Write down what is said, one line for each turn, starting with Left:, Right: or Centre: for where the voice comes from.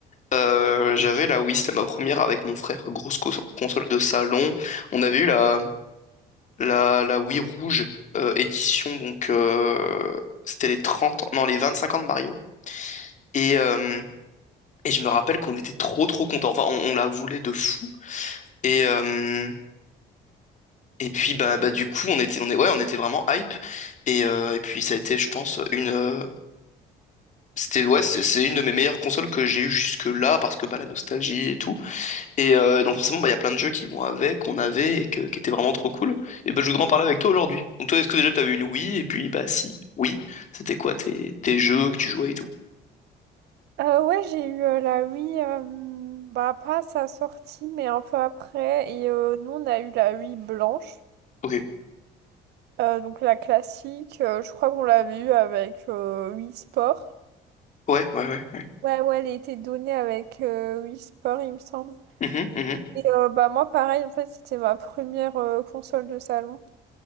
Left: Euh, j'avais la Wii, c'était ma première avec mon frère, grosse cons- console de salon. On avait eu la, la, la Wii rouge euh, édition, donc euh, c'était les 30 ans, non, les 25 ans de Mario. Et, euh, et je me rappelle qu'on était trop trop contents, enfin on, on la voulait de fou. Et, euh, Et puis bah, bah du coup on était on est ouais on était vraiment hype et, euh, et puis ça a été je pense une euh, c'était ouais c'est c'est une de mes meilleures consoles que j'ai eues jusque-là parce que bah la nostalgie et tout et euh, donc forcément bah il y a plein de jeux qui vont avec qu'on avait et que- qui étaient vraiment trop cool et bah je voudrais en parler avec toi aujourd'hui donc toi est-ce que déjà t'avais une Wii et puis bah si oui c'était quoi tes tes jeux que tu jouais et tout
Right: Euh, ouais, j'ai eu euh, la Wii, euh, bah pas à sa sortie, mais un peu après. Et euh, nous, on a eu la Wii blanche,
Left: ok
Right: Euh, donc la classique. euh, je crois qu'on l'avait eu avec euh, Wii Sport.
Left: ouais ouais ouais ouais
Right: Ouais, ouais, elle était donnée avec euh, Wii Sport, il me semble.
Left: Mhm, mhm,
Right: Et euh, bah moi, pareil, en fait, c'était ma première euh, console de salon.